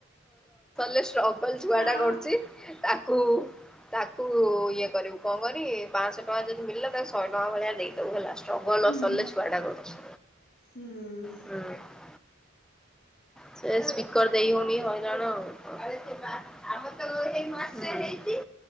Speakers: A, in the centre; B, on the left (about 50°).
A: ଲେ ଷ୍ଟ୍ରଗଲ୍ ଛୁଆ
B: ଆଉ
A: ଟା କରୁଛି ତାକୁ ତାକୁ ଇଏ କରିବୁ କଣ କରନି ପାଞ୍ଚଶହ ଟଙ୍କା ଯଦି ମିଳିଲା ତାକୁ ଶହେ ଟଙ୍କା ଭଳିଆ ଦେଇଦବୁ ହେଲା। ନଗଲ
B: ହୁଁ
A: ନସାଲରେ ଛୁଆଟା କରିଚି।
B: ହୁଁ
A: ହୁଁ ସେ ସ୍ପିକର୍ ଦେଇ ହଉନି ହଇରାଣ ଆଉ ଆମ ତ ହେଇ ମାସ ହେଇଛି